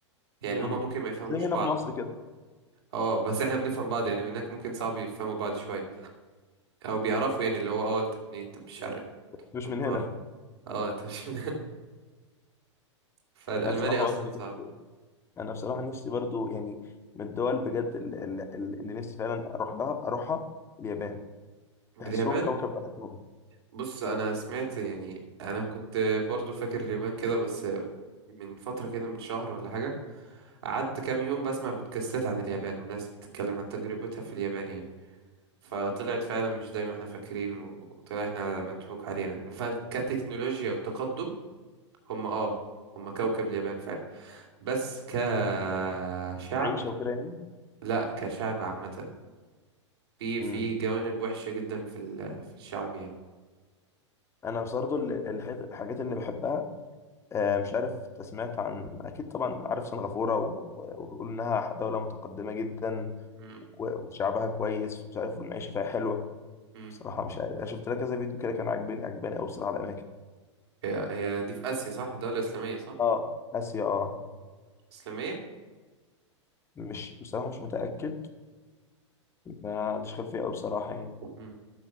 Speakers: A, on the right; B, on the left.
A: يعني
B: مم.
A: هما ممكن ما يفهموش
B: زي
A: بعض
B: هنا في مصر كده
A: اه بس احنا بنفهم بعض يعني هناك ممكن صعب يفهموا بعض شويه او بيعرفوا يعني اللي هو اه انت منين انت مش شرق انت
B: مش
A: من
B: من
A: الغرب
B: هنا
A: اه انت مش <laughs> فالالماني
B: أنا بصراحة
A: اصلا
B: برضه
A: صعب
B: أنا بصراحة نفسي برضه يعني من الدول بجد ال- ال- ال- اللي نفسي فعلا أروح لها أروحها اليابان بحسهم
A: اليابان
B: كوكب لوحدهم
A: بص انا سمعت يعني انا كنت برضو فاكر اليابان كده بس من فتره كده من شهر ولا حاجه قعدت كام يوم بسمع بودكاستات عن اليابان وناس بتتكلم عن تجربتها في اليابان يعني فطلعت فعلا مش زي ما احنا فاكرين و- وطلع احنا مضحوك علينا فكتكنولوجيا وتقدم هم اه هم كوكب اليابان فعلا بس كشعب
B: عيشة وكده يعني
A: لا كشعب عامة في
B: مم.
A: في جوانب وحشة جدا في ال- في الشعب يعني
B: انا برضه ال- الحت- الحاجات اللي بحبها آه، مش عارف أنت سمعت عن اكيد طبعا عارف سنغافوره و- و- وبيقول انها دوله متقدمه جدا
A: مم.
B: و- وشعبها كويس مش عارف والمعيشه فيها حلوه
A: مم.
B: بصراحه مش عارف انا شفت لها كذا فيديو كده كان عاجبني عاجباني قوي بصراحه الاماكن
A: هي هي دي في آسيا صح دولة إسلامية صح
B: اه اسيا اه
A: إسلامية
B: مش بصراحه مش متاكد ما عنديش خلفيه قوي بصراحه يعني
A: مم.